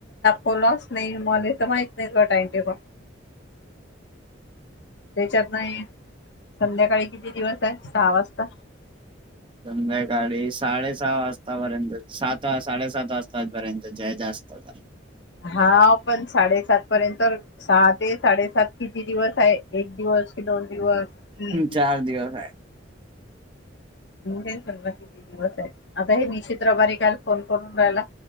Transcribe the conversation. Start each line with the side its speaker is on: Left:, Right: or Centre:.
Left: होलाच नाही मला तर माहित नाही का टामटे पण त्याच्यात नाही संध्याकाळी किती दिवस आहे सहा वाजता
Right: संध्याकाळी साडे सहा वाजतापर्यंत सात साडेसात वाजता र्यंत जय जास्त होता
Left: हा पण साडेसात पर्यंत सहा ते साडेसात किती दिवस आहे एक दिवस की दोन दिवस तीन
Right: चार दिवस आहे
Left: म्हणजे सगा किती दिवस आहे आता हे निश्चित रबारी काल फोन करून राहायला